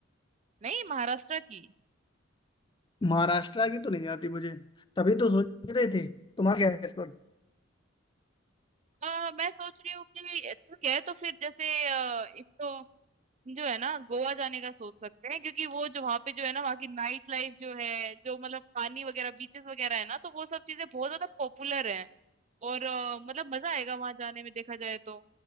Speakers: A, on the right; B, on the left.
A: नहीं महाराष्ट्र की
B: महाराष्ट्र की तो नहीं आती मुझे तभी तो सोच रहे थे तुम्हारा क्या है इस पर
A: आ, मैं सोच रही हूँ कि ठीक है तो फिर जैसे अ, एक तो जो है ना गोवा जाने का सोच सकते हैं क्योंकि वो जो वहाँ पे जो है ना वहाँ की नाइट लाइफ जो है जो मतलब पानी वगैरह बीचेस वगैरह है ना तो वो सब चीजें बहुत ज्यादा पॉपुलर हैं और अ, मतलब मजा आएगा वहां जाने में देखा जाए तो